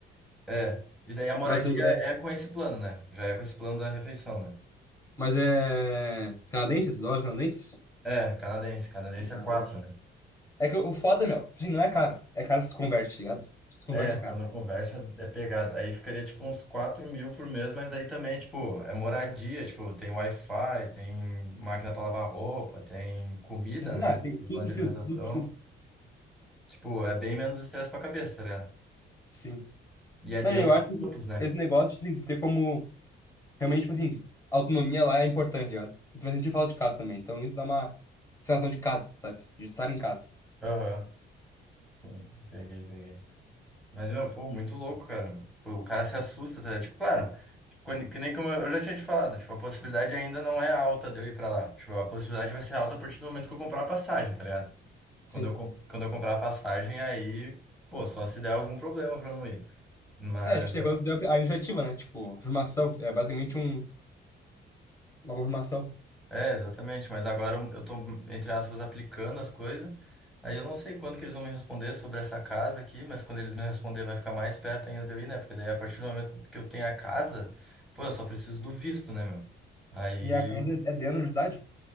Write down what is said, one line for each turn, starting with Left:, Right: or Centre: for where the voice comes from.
Centre: É. E daí a moradia
Left: Mas é.
Centre: é com esse plano, né? Já é com esse plano da refeição, né?
Left: Mas é. Canadenses? Dólares canadenses?
Centre: É, canadense. Canadense é
Left: Ah,
Centre: quatro
Left: tá bom.
Centre: né?
Left: É que o o foda, meu, tipo assim, não é caro. É caro se tu converte, tá ligado? Se tu converte,
Centre: É, quando
Left: é caro.
Centre: conversa é pegada. Aí ficaria tipo uns quatro mil por mês, mas daí também, tipo, é moradia, tipo, tem Wi-Fi, tem máquina para lavar roupa, tem comida,
Left: Tem,
Centre: né?
Left: ah, tem, tudo
Centre: Plano
Left: precisa,
Centre: de alimentação.
Left: tudo precisa.
Centre: Tipo, é bem menos estresse pra cabeça, tá ligado?
Left: Sim.
Centre: E é dentro
Left: Não, eu acho
Centre: do
Left: que esse
Centre: campus, né?
Left: esse negócio, tipo assim, tu ter como. Realmente, tipo assim, a autonomia lá é importante, tá ligado? E tu vai sentir falta de casa também. Então isso dá uma sensação de casa, sabe? De estar em casa.
Centre: Aham. Sim, peguei, peguei. Mas, meu, pô, muito louco, cara. Tipo, o cara se assusta, tá ligado? Tipo, claro, tipo, quando, que nem como eu eu já tinha te falado, tipo, a possibilidade ainda não é alta de eu ir pra lá. Tipo, a possibilidade vai ser alta a partir do momento que eu comprar a passagem, tá ligado?
Left: Sim.
Centre: Quando eu, com- quando eu comprar a passagem, aí, pô, só se der algum problema pra eu não ir. Mas,
Left: É, tipo, você quando deu a a iniciativa, né? Tipo, a confirmação. É basicamente um, uma confirmação.
Centre: é, exatamente. Mas agora eu tô, entre aspas, aplicando as coisas. Aí eu não sei quando que eles vão me responder sobre essa casa aqui, mas quando eles me responder vai ficar mais perto ainda de eu ir, né? Porque daí a partir do momento que eu tenho a casa, pô, eu só preciso do visto, né, meu? Aí
Left: E a casa é dentro da universidade?